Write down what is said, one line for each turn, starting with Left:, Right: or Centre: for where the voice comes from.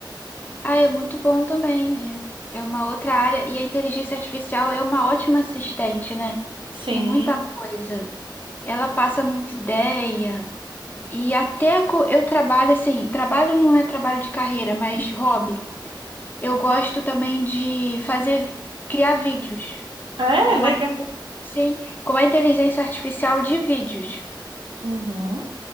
Left: Ah, é muito bom também. É é uma outra área e a inteligência artificial é uma ótima assistente, né?
Right: Sim.
Left: Em muita coisa. Ela passa muita ideia. E até co- eu trabalho assim, trabalho não é trabalho de carreira, mas hobby. Eu gosto também de fazer, criar vídeos.
Right: É,
Left: com
Right: legal.
Left: a, sim, com a inteligência artificial de vídeos.
Right: Uhum.